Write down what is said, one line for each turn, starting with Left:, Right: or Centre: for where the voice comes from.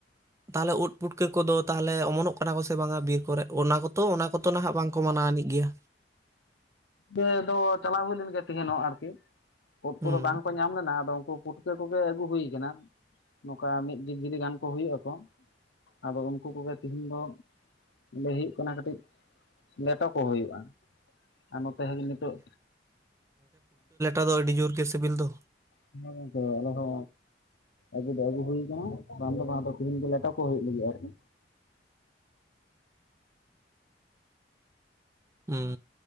Right: ᱛᱟᱦᱚᱞᱮ ᱳᱫᱽ ᱯᱩᱴᱠᱟᱹ ᱠᱚᱫᱚ ᱛᱟᱦᱚᱞᱮ ᱚᱢᱚᱱᱚᱜ ᱠᱟᱱᱟ ᱠᱚᱥᱮ ᱵᱟᱝᱟ ᱵᱤᱨ ᱠᱚᱨᱮ ᱚᱱᱟ ᱠᱚᱛ ᱚᱱᱟ ᱠᱚᱛ ᱱᱟᱦᱟᱜ ᱵᱟᱝᱠᱚ ᱢᱟᱱᱟᱣ ᱟᱹᱱᱤᱡ ᱜᱮᱭᱟ?
Left: ᱤᱭᱟᱹ ᱫᱚ ᱪᱟᱞᱟᱣ ᱦᱩᱭ ᱞᱮᱱ ᱜᱮᱭᱟ ᱛᱮᱦᱮᱸᱱ ᱦᱚ ᱟᱨᱠᱤ᱾ ᱩᱫᱽ
Right: ᱦᱩᱸ
Left: ᱠᱚᱫᱚ ᱵᱟᱝᱠᱚ ᱧᱟᱢ ᱞᱮᱱᱟ ᱟᱫᱚ ᱩᱱᱠᱩ ᱯᱩᱴᱠᱟᱹ ᱠᱚᱜᱮ ᱟᱹᱜᱩ ᱦᱩᱭ ᱠᱟᱱᱟ ᱱᱚᱝᱠᱟ ᱢᱤᱫ ᱡᱤᱞᱤ ᱜᱟᱱ ᱠᱚ ᱦᱩᱭᱩᱜᱼᱟ ᱠᱚ᱾ ᱟᱫᱚ ᱩᱱᱠᱩ ᱠᱚᱜᱮ ᱛᱤᱦᱤᱧ ᱫᱚ ᱞᱟᱹᱭ ᱦᱩᱭᱩᱜ ᱠᱟᱱᱟ ᱠᱟᱹᱴᱤᱡ ᱞᱮᱴᱚ ᱠᱚ ᱦᱩᱭᱩᱜᱼᱟ᱾ ᱟᱨ ᱱᱚᱛᱮ ᱦᱮᱸ ᱱᱤᱛᱳᱜ
Right: ᱟᱫᱚ ᱟᱹᱰᱤ ᱡᱳᱨ ᱜᱮ ᱥᱤᱵᱤᱞ ᱫᱚ᱾
Left: ᱦᱮᱸ ᱝᱚᱝᱠᱮ ᱟᱞᱮ ᱦᱚ ᱟᱹᱜᱩ ᱫᱚ ᱟᱹᱜᱩ ᱦᱩᱭᱠᱟᱱᱟ ᱵᱟᱝ ᱫᱚ ᱵᱟᱝ ᱫᱚ ᱛᱤᱦᱤᱧ ᱜᱮ ᱞᱮᱴᱛ ᱠᱚ ᱦᱩᱭᱩᱜ ᱞᱟᱹᱜᱤᱫ ᱟᱨᱠᱤ,
Right: ᱦᱩᱸ